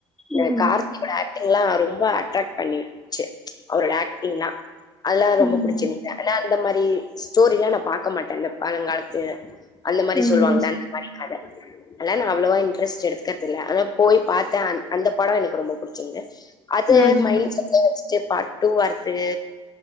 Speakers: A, on the left (about 25°); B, in the centre.
A: இந்த
B: ம்.
A: கார்த்தி கூட ஆக் இதுலா ரொம்ப அட்ராக்ட் பண்ணிருச்சு அவரோட ஆக்டிங்லா அலாரமும்
B: ம்.
A: புடிச்சிருந்து ஆனா அந் இந்த மாரி ஸ்டோரிலா நா பாக்க மாட்டே அந்த பழங்காலத்து அந்த மாரி
B: ம்.
A: சொல்வாங்களா அந்த மாரி அத அதெல்லா அவ்வளவா இன்ட்ரெஸ்ட் எடுக்கறதில்ல அதா போய் பாத்தே அந் அந்த பட எனக்கு ரொம்ப புடிச்சிருந்துச்சு அது
B: ம்.
A: மைன் <unintelligible> பாட் டுஉ வருது